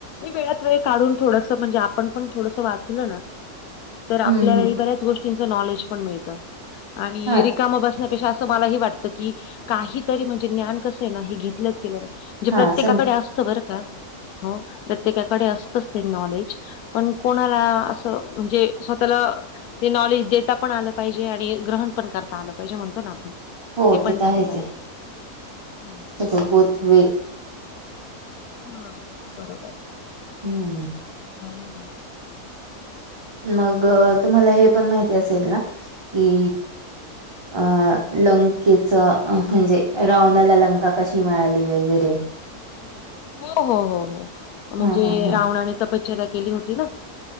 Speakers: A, on the left; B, on the right.
A: ये वेळात वेळ काढून थोडसं, म्हणजे आपण पण थोडंस वाचलं ना तर आपल्यालाही
B: हं, हं.
A: बऱ्याच गोष्टीच नॉलेज पण मिळत आणि
B: हां,
A: रिक काम बसण्यापेक्षा असं मलाही वाटतं की, काहीतरी म्हणजे ज्ञान कसंय ना हे घेतलंच गेलं नाय जे प्रत्येकाकडे
B: हां. संग
A: असतं बर का, हो प्रत्येकाकडे असतच ते नॉलेज पण कोणाला असं म्हणजे स्वतःला ते नॉलेज देता पण आलं पाहिजे. आणि ग्रहण पण करता आलं पाहिजे. म्हणतो ना आपण.
B: हो, ते
A: पण
B: त
A: झालं
B: आहेच
A: पाहिजे
B: ये.
A: हम्म
B: सुपुत वे
A: हा बरोबर ये.
B: हूं
A: हम्म, काय म्हणता अजून
B: मग, तुम्हाला हे पण माहिती असेल ना की,
A: <inaudible>
B: अ लंकेच म्हणजे, रावणाला लंका कशी मिळाली वगैरे
A: <inaudible> हो हो हो हो म्हणजे
B: हा हा हा
A: रावणाने तपश्चर्या केली होती ना